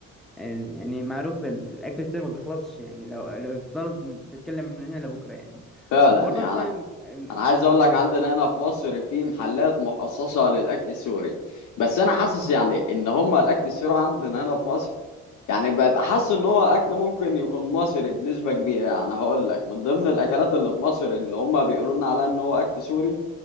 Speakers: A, in the centre; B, on the left.
A: يعني يعني معروف ال- الأكل السوري ما بيخلصش يعني لو لو تضل تتكلم من هنا لبكرة يعني
B: فعلا
A: برضه
B: يعني
A: مثلا ال-
B: انا عايز اقول
A: اه
B: لك عندنا هنا في مصر في محلات مخصصه للاكل السوري بس انا حاسس يعني ان هم الاكل السوري عندنا هنا في مصر يعني ببقى حاسس ان هو اكل ممكن يكون مصري بنسبه كبيره يعني هقول لك من ضمن الاكلات اللي في مصر اللي هم بيقولوا لنا عليها ان هو اكل سوري